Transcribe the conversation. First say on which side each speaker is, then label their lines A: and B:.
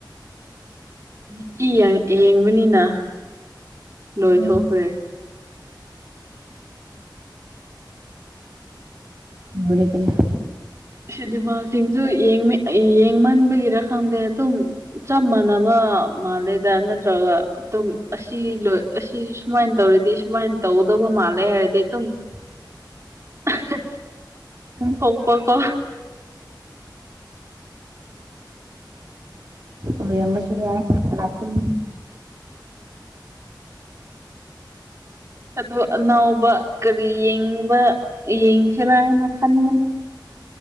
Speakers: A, on the right (about 40°); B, on the right (about 60°).
A: ꯅꯤꯇꯤ ꯌꯦꯡ ꯌꯦꯡꯕꯅꯤꯅ ꯂꯣꯏꯊꯣꯛꯈ꯭ꯔꯦ
B: ꯎꯝ ꯂꫭꯏꯔꯦꯗꯅ
A: ꯁꯤꯅꯦꯃꯥꯁꯤꯡꯁꯨ ꯌꯦꯡꯃꯦ ꯌꯦꯡꯃꯟꯕꯒꯤꯔ ꯈꯪꯗꯦ ꯑꯗꯨꯝ ꯆꯞ ꯃꯥꯟꯅꯕ ꯃꯥꯜꯂꯦꯗ ꯅꯠꯇ꯭ꯔꯒ ꯑꯗꯨꯝ ꯑꯁꯤ ꯂꯣꯏ ꯑꯁꯤ ꯁꯨꯃꯥꯏꯅ ꯇꯧꯔꯗꯤ ꯁꯨꯃꯥꯏꯅ ꯇꯧꯒꯗꯧꯕ ꯃꯥꯜꯂꯦ ꯍꯥꯏꯔꯗꯤ ꯑꯗꯨꯝ
B: <inaudible>
A: ꯑꯍꯥ
B: ꯎꯝ
A: ꯊꯣꯛꯄꯀꯣ
B: ꯑꯣꯏꯔꯝꯕꯁꯨ ꯌꯥꯏ ꯀꯅꯥ ꯈꯪꯅꯤ
A: ꯑꯗꯨ ꯑꯅꯧꯕ ꯀꯔꯤ ꯌꯦꯡꯕ ꯌꯦꯡꯁꯤꯔꯥ ꯍꯥꯏꯅ ꯈꯟꯕꯅꯤ